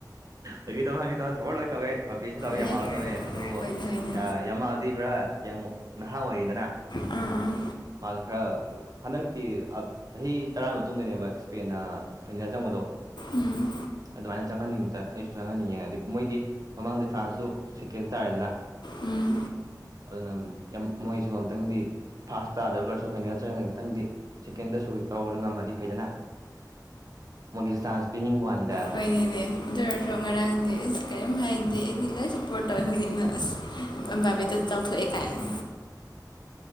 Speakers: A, on the right (about 50°); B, on the left (about 80°).
A: ꯍꯧꯖꯤꯛ ꯇꯧ ꯍꯧꯖꯤꯛ ꯇꯧ ꯁꯄꯣꯔ ꯂꯣꯏ ꯇꯧꯋꯦ ꯄꯄꯤꯁꯨ ꯇꯧꯋꯦ
B: ꯏꯌꯥ
A: ꯌꯥꯝꯃꯜꯁꯨ ꯇꯧꯋꯦ ꯑꯗꯨꯕꯨ
B: ꯍꯣꯏꯅꯦ ꯍꯣꯏꯅꯦ
A: ꯌꯥꯝꯃꯥꯗꯤ ꯈꯔ ꯌꯦꯉ ꯅꯍꯥ ꯑꯣꯏꯔꯤꯗꯅ
B: ꯑꯥ ꯑꯥ
A: ꯃꯥꯁꯨ ꯈꯔ ꯍꯟꯗꯛꯇꯤ ꯆꯍꯤ ꯇꯔꯥ ꯃꯇꯨꯡꯗꯅꯦꯕ ꯏꯁꯄꯦꯟꯅ ꯐꯥꯏꯅꯦꯜ ꯆꯪꯕꯗꯣ
B: ꯎꯝ
A: ꯑꯗꯨꯃꯥꯏꯅ ꯆꯪꯍꯟꯅꯤꯡꯕ ꯑꯩꯁꯨ ꯆꯪꯍꯟꯅꯤꯡꯉꯦ ꯑꯗꯨ ꯃꯣꯏꯗꯤ ꯃꯃꯥꯡꯗꯤ ꯐ꯭ꯔꯥꯟꯁꯁꯨ ꯁꯦꯀꯦꯟ ꯇꯥꯔꯦꯗꯅ
B: ꯎꯝ
A: ꯑꯗꯨꯅ ꯃꯣꯏꯁꯨ ꯑꯨꯛꯇꯪꯗꯤ ꯐꯥꯁ ꯇꯥꯗ꯭ꯔꯒꯁꯨ ꯐꯥꯏꯅꯦꯜ ꯆꯪꯉꯒ ꯈꯤꯇꯪꯗꯤ ꯁꯦꯀꯦꯟꯗꯁꯨ ꯇꯧꯕꯗ ꯉꯝꯃꯗꯤ ꯐꯩꯗꯅ ꯃꯣꯏꯒꯤꯁꯨ ꯆꯥꯟꯁ ꯄꯤꯅꯤꯡꯕ ꯋꯥꯅꯤꯡ
B: ꯍꯣꯏꯅꯤꯅꯦ ꯑꯗꯨ ꯑꯣꯏꯔꯁꯨ ꯉꯔꯥꯡꯗꯤ ꯑꯁ ꯀꯔꯤꯝ ꯍꯥꯏꯗꯦ ꯑꯩꯗꯤ ꯂꯣꯏ ꯁꯄꯣꯔꯠ ꯇꯧꯍꯁꯤꯅ ꯑꯁ ꯕꯥꯕꯗ ꯆꯧꯊꯣ ꯑꯦꯥꯏ